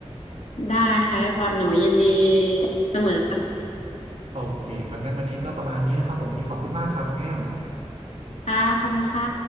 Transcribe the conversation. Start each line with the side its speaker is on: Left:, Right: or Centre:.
Left: ได้ค่ะพี่บอลหนูยินดีเสมอค่ะ
Right: โอเคครับงั้นวันนี้ก็ประมาณนี้นะครับผมโอเคขอบคุณมากครับน้องแอม
Left: ค่ะขอบคุณค่ะ